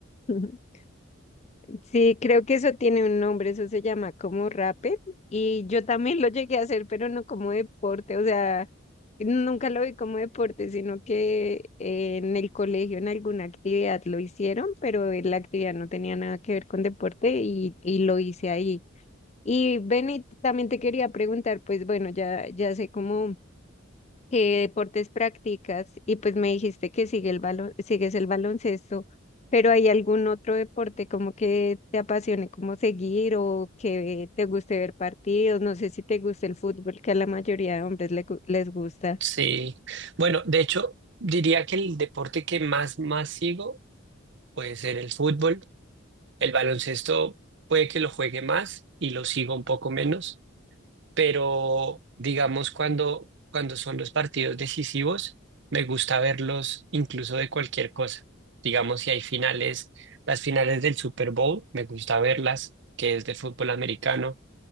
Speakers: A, on the left (about 35°); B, on the right (about 60°).
A: <laughs> Sí, creo que eso tiene un nombre, eso se llama como rappel y yo también lo llegué a hacer, pero no como deporte, o sea, nunca lo vi como deporte, sino que eh, en el colegio en alguna actividad lo hicieron, pero la actividad no tenía nada que ver con deporte y, y lo hice ahí. Y Benny, también te quería preguntar, pues bueno, ya, ya sé cómo ¿Qué deportes practicas? Y pues me dijiste que sigue el balon, sigues el baloncesto, pero ¿hay algún otro deporte como que te apasione como seguir o que te guste ver partidos? No sé si te gusta el fútbol, que a la mayoría de hombres le gu- les gusta.
B: Sí, bueno, de hecho diría que el deporte que más, más sigo puede ser el fútbol El baloncesto puede que lo juegue más y lo sigo un poco menos, pero digamos cuando, cuando son los partidos decisivos, me gusta verlos incluso de cualquier cosa. Digamos, si hay finales, las finales del Super Bowl, me gusta verlas, que es de fútbol americano